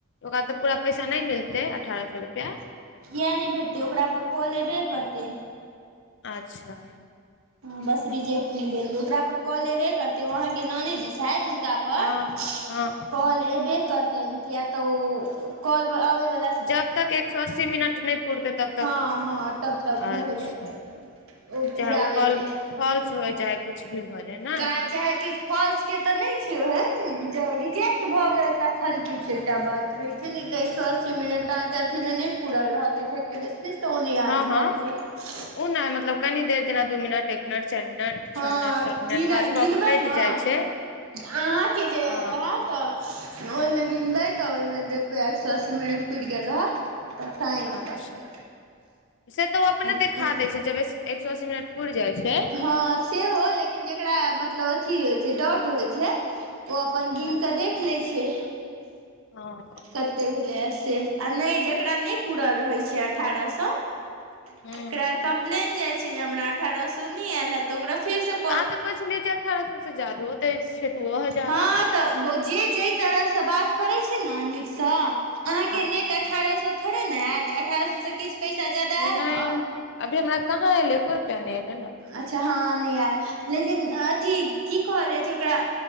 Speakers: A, on the left (about 60°); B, on the right (about 75°).
A: ओकरा त पूरा पैसा नै मिलतै अठारह सौ रुपया?
B: किए नै भेटतै ओकरा पर कॉल एबे करतै।
A: अच्छा।
B: हँ बस रिजेक्ट नै भेलिअइ। ओकरा पर कॉल एबे करतै ओ अहाँके ननदि जे छथि हुनका पर
A: हँ हँ
B: कॉल एबै करतनि किए त ओ कॉल ब अबै बला
A: जब तक एक स अस्सी मिनट नै पूरतै तब तक
B: हँ हँ तब तक
A: <inaudible> अच्छा,
B: भरबे करतनि
A: <inaudible>
B: पुराबैके
A: चाहे ओ कॉल फॉल्स हो चाहे कुछ भी भ जाइ न
B: काज चाहे किछु फॉल्सके त नै छै ओहेन जं रिजेक्ट भ गेल तखन किछ एकटा बात रहै छै नै त एक स अस्सी मिनट अहांँके अथीमे नै पूरल रहतै इफे तै मे स्पीच त ओ नै अहाँके
A: हँ हँ
B: काटि सकै <inaudible>
A: ओ न मतलब कनी देर जेना दू मिनट एक मिनट, चारि मिनट,
B: हँ
A: छ मिनट सात मिनट
B: गिन
A: बाद भ
B: गिनबै
A: के कटि
B: ने
A: जाइ छै
B: अहाँके जे
A: हँ
B: रेहा त ओइमे गिनबै त ओइमे देखबै, एक स अस्सी मिनट पुरि गेल रहत। तऽ टाइम
A: अच्छा
B: बन्द कऽ
A: से त ओ अपने
B: देबै आओर की
A: देखा
B: कहतै
A: देै छै जब एक स अस्सी मिनट पुरि जाइ छै।
B: हँ सेहो लेकिन जेकरा मतलब अथी होइ छै डाट होइ छै ओ अपन
A: हँ
B: गिन क देख लै छै।
A: हँ।
B: कते भेलैया से आ नै जेकरा नै पूरल रहै छै अठारह सं
A: हूँ
B: तकरा कम्प्लेन जाइ छै जे हमरा अठारह स नै आएल हैत त ओकरा फेर सं
A: आ तऽ कहै छलै जे अठारह सए से जादहो दै छै। दूओ हजार
B: हँ तऽ भोजी जे तरहसँ बात करै छी, न नीकसँ। अहाँके
A: अच्छा
B: नेट अठारह सए थोड़े ने आयल अठारह सएसँ किछु पैसा जादा ऐल
A: नहि
B: न।
A: अभी हमरा कहाँ एलै एको रुपैआ नहि एलै ने
B: अच्छा हँ नइ आयल लेकिन अथी की कहल जाइ छै ओकरा